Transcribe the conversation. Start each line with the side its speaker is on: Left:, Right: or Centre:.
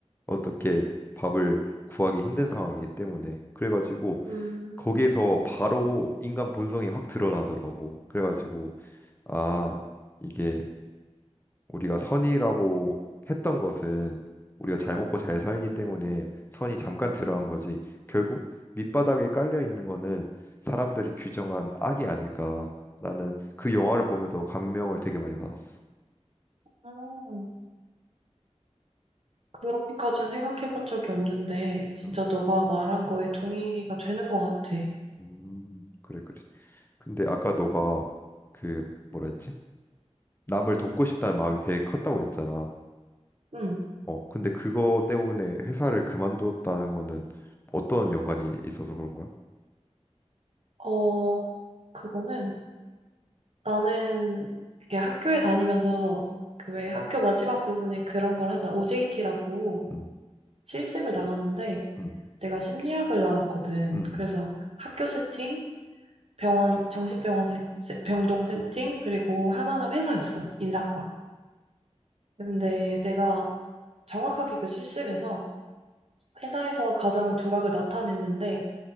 Left: 어떻게 밥을 구하기 힘든 상황이기 때문에 그래가지고
Right: 음,
Left: 거기에서 바로 인간 본성이 확 드러나더라고. 그래가지고 아 이게 우리가 선이라고 했던 것은 우리가 잘 먹고 잘 살기 때문에 선이 잠깐 드러난 거지 결국 밑바닥에 깔려 있는 거는 사람들이 규정한 악이 아닐까라는 그 영화를 보면서 감명을 되게 많이 받았어.
Right: 음, 그렇게까지는 생각해 본 적이 없는데, 진짜
Left: 음,
Right: 너가 말한 거에 동의가 되는 것 같아.
Left: 음, 그래 그래. 근데 아까 너가 그 뭐라 했지? 남을 돕고 싶다는 마음이 되게 컸다고 했잖아.
Right: 음,
Left: 어, 근데 그거 때문에 회사를 그만두었다는 거는 어떤 연관이 있어서 그런 거야?
Right: 어, 그거는 나는 그게 학교에 다니면서 그 왜 학교 마지막 부분에 그런 걸 하잖아. OJT라고.
Left: 음,
Right: 실습을 나갔는데
Left: 음,
Right: 내가 심리학을 나왔거든.
Left: 음, 음,
Right: 그래서 학교 세팅, 병원, 정신병원 세- 세- 병동 세팅, 그리고 하나는 회사였어. 인사과. 근데 내가 정확하게 그 실습에서 회사에서 가장 두각을 나타냈는데